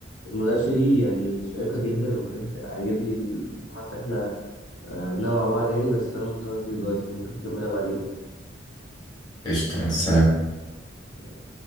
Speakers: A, on the left; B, on the left.
A: المناقشة دي يعني شيقة جدا وبجد عاجبني المحادثة اللي إحنا آه، قلناها مع بعض يعني بس أنا مضطر أتيجي دلوقتي فممكن تكملها بعدين
B: قشطة مع السلامة
A: بقى